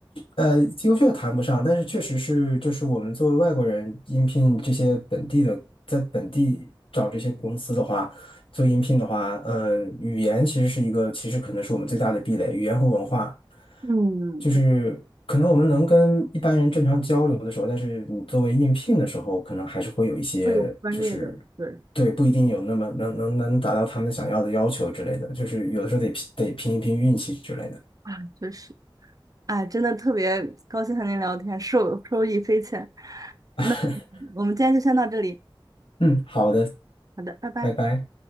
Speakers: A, on the left (about 90°); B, on the right (about 45°).
A: 呃，优秀谈不上，但是确实是，就是我们作为外国人应聘这些本地的，在本地找这些公司的话，做应聘的话，呃，语言其实是一个，其实可能是我们最大的壁垒，语言和文化，
B: 嗯，
A: 就是可能我们能跟一般人正常交流的时候，
B: 对，
A: 但是你作为应聘的时候，可能还是会有一些，
B: 会有专业的，
A: 就是
B: 对，
A: 对，不一定有那么能能能达到他们想要的要求之类的，就是有的时候得拼得拼一拼运气之类的。
B: 啊，确实，哎，真的特别高兴和您聊天，受受益匪浅。那
A: <laughs>
B: 我们今天就先到这里，
A: 嗯，好的，
B: 好的，拜拜。
A: 拜拜。